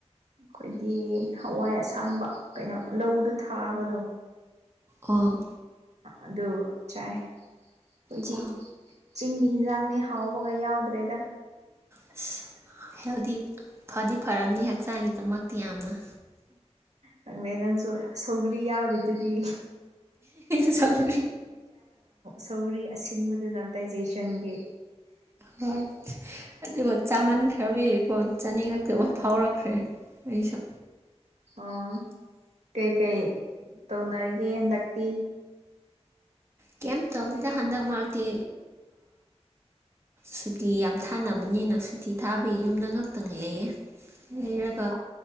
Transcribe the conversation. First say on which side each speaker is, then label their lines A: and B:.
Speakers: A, on the right; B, on the right.
A: ꯑꯩꯈꯣꯏꯗꯤ ꯍꯋꯥꯏ ꯑꯁꯥꯡꯕ ꯀꯩꯅꯣ ꯂꯧꯗꯨ ꯊꯥꯕꯗꯣ
B: ꯑꯣ
A: ꯑꯗꯨ ꯆꯥꯏ ꯑꯩꯈꯣꯏꯗꯤ
B: ꯆꯥ
A: ꯆꯤꯡꯒꯤ ꯍꯤꯟꯖꯥꯡꯅꯦ ꯍꯥꯎꯕꯒ ꯌꯥꯎꯗ꯭ꯔꯦꯗ
B: ꯑꯁ ꯍꯦꯜꯗꯤ ꯐꯗꯤ ꯐꯔꯝꯅꯤ ꯍꯛꯆꯥꯡꯒꯤꯗꯃꯛꯇꯤ ꯌꯥꯝꯅ
A: ꯅꯪꯗꯦ ꯅꯪꯁꯨ ꯁꯧꯒ꯭ꯔꯤ ꯌꯥꯎꯔꯤꯗꯨꯗꯤ
B: ꯁ <inaudible>
A: ꯁꯧꯒꯔꯤ ꯑꯁꯤꯟꯕꯗꯨꯅ ꯗꯥꯏꯖꯦꯁꯟꯒꯤ
B: ꯍꯣꯏ ꯑꯗꯨꯗꯤ ꯃ ꯆꯥ ꯃꯥꯟ ꯈꯔꯕꯩ ꯀꯣꯟ ꯆꯥꯅꯤꯡꯉꯛꯇꯕ
A: ꯎꯝ
B: ꯐꯥꯎꯔꯛꯈ꯭ꯔꯦ ꯑꯩꯁꯨ
A: ꯑꯣ ꯀꯩꯀꯩ ꯇꯧꯅꯔꯤꯒꯦ ꯍꯟꯗꯛꯇꯤ
B: ꯀꯦꯝ ꯇꯧꯗꯗ ꯍꯟꯗꯛ ꯃꯔꯛꯇꯤ ꯁꯨꯇꯤ ꯌꯥꯝ ꯊꯥꯅꯕꯅꯤꯅ ꯁꯨꯇꯤ ꯊꯥꯕꯒꯤ ꯌꯨꯝꯗ ꯉꯥꯛꯛꯇꯪ ꯂꯩ
A: ꯑꯦ
B: ꯂꯩꯔꯒ